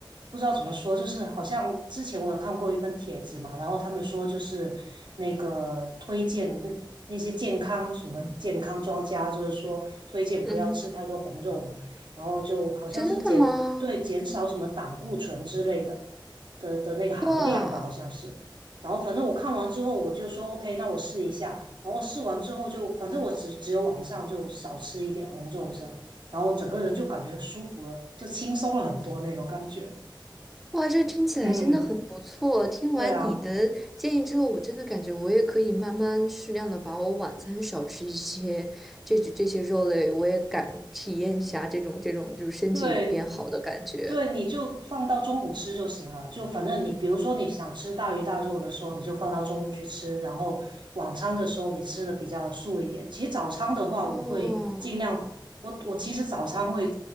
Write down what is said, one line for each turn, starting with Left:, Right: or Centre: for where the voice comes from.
Right: 不知道怎么说，就是好像之前我有看过一份帖子嘛，然后他们说就是那个推荐那那些健康什么健康专家，就是说推荐不要吃太多红肉嘛，
Centre: 嗯，
Right: 然后就好像是减对减少什么胆固醇之类的
Centre: 真的吗？
Right: 的的那个含量吧，
Centre: 哇！
Right: 好像是。然后反正我看完之后我就说 OK，那我试一下。然后试完之后就反正我只只有晚上就少吃一点红肉这样，然后整个人就感觉舒服了，就轻松了很多那种感觉。
Centre: 哇，这听起来真的很不错。
Right: 嗯，
Centre: 听完你的建议之后，
Right: 对啊，
Centre: 我真的感觉我也可以慢慢适量的把我晚餐少吃一些，这这些肉类，我也敢体验一下这种这种就是身体有变好的感觉。
Right: 对对，你就放到中午吃就行了。就反正你，比如说你想吃大鱼大肉的时候，你就放到中午去吃。然后晚餐的时候，你吃的比较素一点。其实早餐的话，
Centre: 哦，
Right: 我会尽量，我我其实早餐会